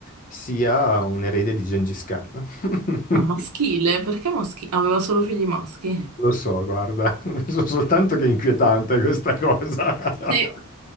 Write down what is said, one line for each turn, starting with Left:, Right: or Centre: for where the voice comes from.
Left: sia un erede di Gengis Khan. <laughs>
Right: Ah, maschile, perché maschile? Aveva solo figli maschi.
Left: Lo so, guarda, <laughs> so soltanto che è inquietante questa cosa. <laughs>
Right: Sì,